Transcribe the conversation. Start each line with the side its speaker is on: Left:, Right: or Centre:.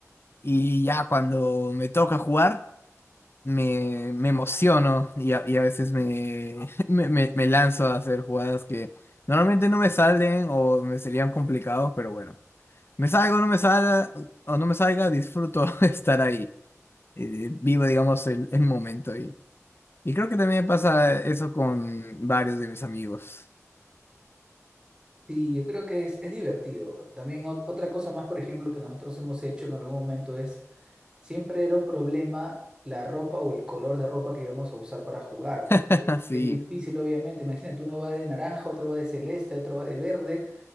Left: Y ya cuando me toca jugar, me, me emociono y a, y a veces me, <laughs> me, me- me lanzo a hacer jugadas que normalmente no me salen o me serían complicados, pero bueno, me salgo, no me salga o no me salga, disfruto <laughs> estar ahí. eh, vivo, digamos, el, el momento ahí. Y creo que también me pasa eso con varios de mis amigos.
Right: Sí, yo creo que es, es divertido. También ot- otra cosa más, por ejemplo, que nosotros hemos hecho en algún momento es siempre era un problema la ropa o el color de ropa que íbamos a usar para jugar.
Left: <laughs>
Right: Eh,
Left: Así,
Right: Es difícil, obviamente. Imagínate, uno va de naranja, otro va de celeste, otro va de verde,